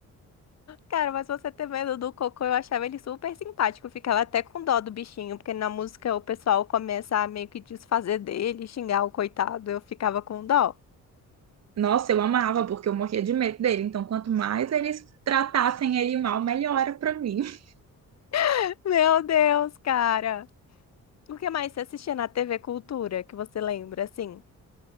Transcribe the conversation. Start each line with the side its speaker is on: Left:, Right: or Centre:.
Left: Cara, mas você ter medo do Cocô, eu achava ele super simpático. Eu ficava até com dó do bichinho, porque na música o pessoal começa a meio que desfazer dele, xingar o coitado. Eu ficava com dó.
Right: Nossa, eu amava, porque eu morria de medo dele. Então, quanto mais eles tratassem ele mal, melhor era pra mim. <laughs>
Left: <laughs> Meu Deus, cara. O que mais você assistia na TV Cultura que você lembra, assim?